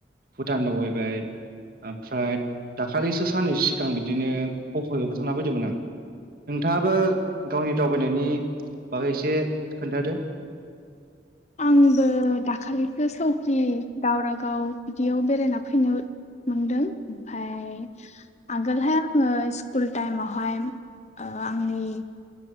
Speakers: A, on the right (about 50°); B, on the left (about 40°).
A: भुटान दावबायबाय ओमफ्राय दाखालिसो साननैसो सिगां बिदिनो हफयावबो थांना फैदोंमोन आं नोंथाङाबो गावनि दावबायनायनि बागै एसे खोन्थादो
B: आंबो दाखालिसो सौकि दावराव आव बिदियाव बेरायना फैनो मोनदों ओमफ्राय आगोलहाय आङो स्कुल टाइमावहाय अ आंनि